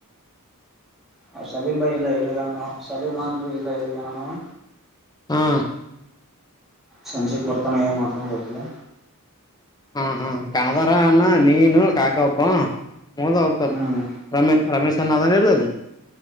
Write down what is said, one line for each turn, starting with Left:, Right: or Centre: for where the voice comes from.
Centre: ಅವ್ ಸಲೀಂ ಬಾಯಿ ಇಲ್ಲ ಹೇಳಿಲ್ಲಾ ನಾನು ಸಲಿಮಾನ ಇಲ್ಲಾ ಇಲ್ಲಿ ಏನ ಅನೋನ ಅವಾ
Left: ಹಾ.
Centre: ಸಂಜೆಗೆ ಬರ್ತಾನೆ ಏನ ಮಾಡತಾನ ಗೊತ್ತಿಲ್ಲಾ
Left: ಹ್ಮ್ ಹ್ಮ ಕಾಲ. ವರಾ ಅಣ ನೀನು ಕಾಕ ಒಬ್ಬ ಮೋಲ ಹೊಗತಾರ
Centre: ಹ್ಮ್
Left: ರಮೇಶ ರಮೇಶ್ ಚನ್ನ ಅದನ್ ಇಲ ಅಲ್ಲಿ